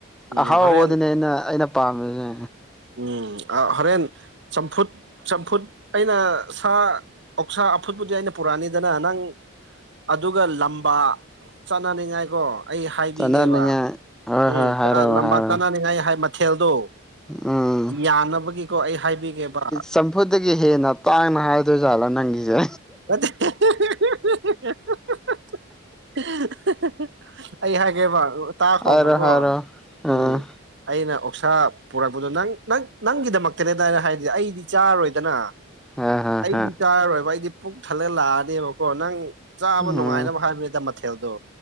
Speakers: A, on the right; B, in the centre.
A: ꯎꯝ
B: ꯑꯍꯥꯎꯕꯗꯨꯅꯦ
A: ꯍꯣꯔꯦꯟ
B: ꯑꯩꯅ ꯄꯥꯝꯃꯤꯁꯦ
A: ꯎꯝ ꯍꯣꯔꯦꯟ ꯆꯝꯐꯨꯠ ꯆꯝꯐꯨꯠ ꯑꯩꯅ ꯁꯥ ꯑꯣꯛꯁꯥ ꯑꯐꯨꯠꯄꯨꯗꯤ ꯑꯩꯅ ꯄꯨꯔꯛꯅꯤꯗꯅ ꯅꯪ ꯑꯗꯨꯒ ꯂꯝꯕꯥ ꯆꯠꯅꯅꯤꯡꯉꯥꯏꯀꯣ ꯑꯩ ꯍꯥꯏꯕꯤꯒꯦꯕ
B: ꯆꯥꯅꯅꯤꯡꯉꯥꯏ ꯍꯣꯏ
A: ꯎꯝ
B: ꯍꯣꯏ ꯍꯥꯏꯔꯛꯑꯣ
A: ꯂꯝꯕꯥ
B: ꯍꯥꯏꯔꯛꯑꯣ
A: ꯆꯥꯅꯅꯤꯡꯉꯥꯏ ꯃꯊꯦꯜꯗꯣ
B: ꯎꯝ
A: ꯌꯥꯅꯕꯒꯤꯀꯣ ꯑꯩ ꯍꯥꯏꯕꯤꯒꯦꯕ
B: ꯆꯝꯐꯨꯗꯒꯤ ꯍꯦꯟꯅ ꯇꯥꯡꯅ ꯍꯥꯏꯗꯣꯏꯖꯥꯠꯂꯣ ꯅꯪꯒꯤꯁꯦ
A: <unintelligible> ꯑꯩ ꯍꯥꯏꯦꯕ ꯇꯥꯈꯕꯒꯣ
B: ꯍꯥꯏꯔꯣ ꯍꯥꯏꯔꯣ ꯑꯥ
A: ꯎꯝ ꯑꯩꯅ ꯑꯣꯛꯁꯥ ꯄꯨꯔꯛꯄꯗꯣ ꯅꯪ ꯅꯪ ꯅꯪꯒꯤꯗꯃꯛꯇꯅꯦꯗ ꯑꯩꯅ ꯍꯥꯏꯔꯤꯗꯤ ꯑꯩꯗꯤ ꯆꯥꯔꯔꯣꯏꯗꯅ
B: ꯍ ꯍ
A: ꯑꯩꯗꯤ
B: ꯍ
A: ꯆꯥꯔꯔꯣꯏꯕ ꯑꯩꯗꯤ ꯄꯨꯛ ꯊꯜꯂ ꯂꯥꯛꯑꯅꯦꯕꯀꯣ ꯅꯪ ꯆꯥꯕ
B: ꯎꯝ
A: ꯅꯨꯡꯉꯥꯏꯅꯕ ꯍꯥꯏꯕꯅꯤꯗ ꯃꯊꯦꯜꯗꯣ